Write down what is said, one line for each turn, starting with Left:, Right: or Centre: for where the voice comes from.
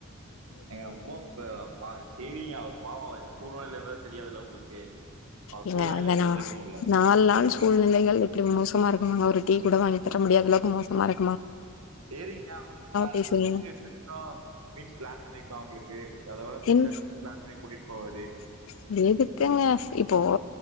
Right: எங்க உவப்ப பா சேரிங்க அவர் பாவ அவ என்ன சூழ்நிலையில இருந்தாரு தெரியாதுல்ல உங்களுக்கு அவர்
Left: ஏங்க
Right: சூழ்நிலை
Left: அந்த
Right: நீங்க
Left: ந
Right: தெரிஞ்சுக்கணும்ல
Left: நால் நாள் சூழ்நிலைகள் இப்டி மோசமா இருக்கனுங்க ஒரு டீ கூட வாங்கி தர முடியாத அளவுக்கு மோசமா இரு
Right: சேரிங்க அவுங்க வேற
Left: பேசுறீங்க
Right: <unintelligible> மீன்ஸ் பிளான் பண்ணி அவுங்ளுக்கு அத விட பெருசா
Left: என்
Right: ட்ரிப் பிளான் பண்ணி கூட்டிட் போவாரு
Left: <inaudible> எதுக்குங்க இப்போ